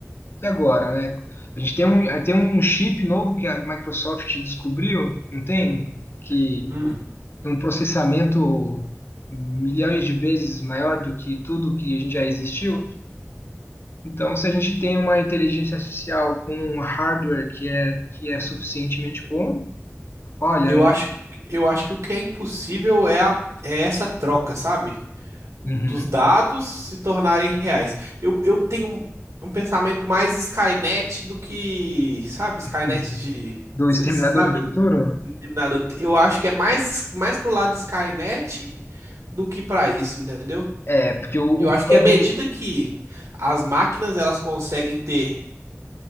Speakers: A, on the left; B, on the right.
A: e agora, né? A gente tem um, tem um chip novo que a Microsoft descobriu, não tem? Que
B: Hum.
A: tem um processamento milhões de vezes maior do que tudo que a gente já existiu. Então, se a gente tem uma inteligência artificial com um hardware que é, que é suficientemente bom, olha,
B: Eu
A: não-
B: acho, eu acho que o que é impossível é, a- é essa troca, sabe?
A: Uhum.
B: dos dados se tornarem reais. Eu, eu tenho um um pensamento mais Skynet do que, sabe, Skynet
A: Uhum.
B: de,
A: Do
B: cê-
A: Exterminador
B: cê sabe,
A: do Futuro?
B: do Exterminador. Eu acho que é mais, mais pro lado Skynet do que para isso, entendeu?
A: É, porque o, o
B: Eu acho
A: plugin.
B: que à medida que as máquinas elas conseguem ter